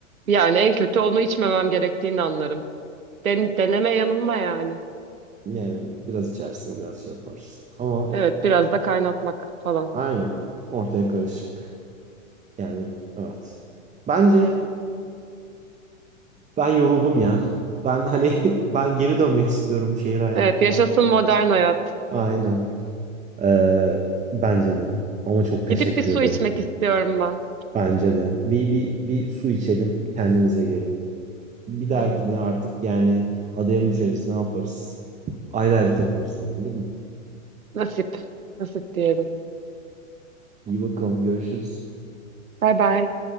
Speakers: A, on the right; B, on the right.
A: yani en kötü onu içmemem gerektiğini anlarım. Den- deneme yanılma yani.
B: Yani biraz içersin, biraz şey yaparsın. Ama
A: Evet biraz da kaynatmak falan.
B: aynen ortaya karışık. Yani evet. Bence ben yoruldum ya. Ben hani <laughs> ben geri dönmek istiyorum şehir hayatıma.
A: Evet yaşasın modern hayat.
B: Aynen. Ee, bence de. Ama çok teşekkür
A: Gidip bir su
B: ederim.
A: içmek istiyorum ben.
B: Bence de. Bir, bir, bir su içelim, kendimize gelelim. Bir dahakine
A: Evet
B: artık yani adaya mı düşeriz, ne yaparız? Ayrı ayrı takılırız ama olur mu?
A: nasip nasip diyelim.
B: İyi bakalım, görüşürüz.
A: Bay bay.